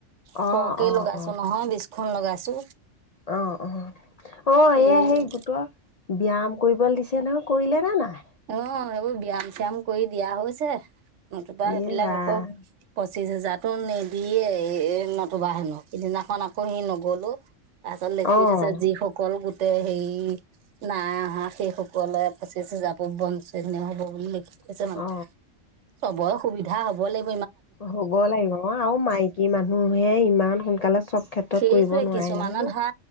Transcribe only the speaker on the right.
সকে
লগাইছো
নহয় বিস্খন লগাইছো।
এই
অ সেইবোৰ ব্যয়াম চয়াম কৰি দিয়া হৈছে, নতুবা সেইবিলাক
আকৌ পই- পঁচিছ হেজাৰতো নিদিয়ে নতুবা হেনো সিদিনাখন আকৌ সি নগলো। তাৰপিছত লেখি
থৈছে যিসকল গোট- হেৰি নাই অহা সেইসকলে পঁচিছহাজাটো ব বাঞ্চনীয় হ'ব বুলি লিখ- হৈছে মানে,
চবৰ সুবিধা হব লাগি-
সেইটোৱে
কিছুমানে
ধৰা